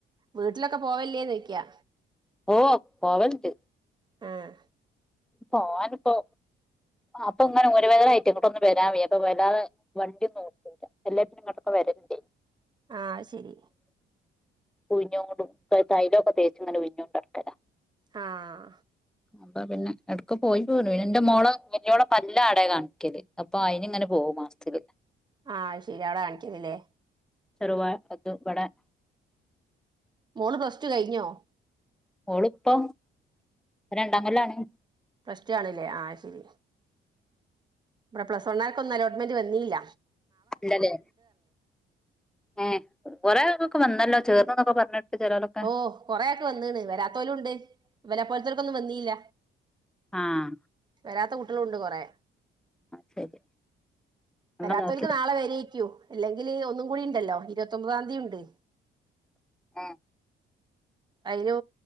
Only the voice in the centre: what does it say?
ഓ പോവലണ്ട്
പോവാനിപ്പോ അപ്പൊ ഇങ്ങനെ ഊര വേദന ആയിട്ട് അങ്ങോട്ടൊന്നന്ന് വരാൻ വയ്യ അപ്പൊ വല്ലാതെ വണ്ടി ഓട്ടൂല അല്ലങ്കിൽ ഇപ്പൊ ഇങ്ങോട്ടൊക്കെ വരലിണ്ടായിനി
ഉഴിഞ്ഞോണ്ടും തൈലൊക്കെ തേച്ചു ഇങ്ങനെ ഉഴിഞ്ഞോണ്ട് നടക്കല
അപ്പോ പിന്നെ എടക്ക് പോയി പോരും എന്റെ മോള വലിയോള പല്ല് ആടെ കാണിക്കല് അപ്പൊ അയിന് ഇങ്ങെനെ പോകും മാസത്തിത്തില്
ചരുവഴ <unintelligible>
ഓള് ഇപ്പോ രണ്ടാം കൊല്ലാണ്
ഇല്ല ല്ലേ ഏ കൊറെേആൾക്കൊക്കെ വന്നല്ലോ ചേർന്നൊക്കെ പറഞ്ഞിട്ട് ചെലോലൊക്കെ
ആഹ
ശരി അങ്ങ
നോക്കി
ഏഹ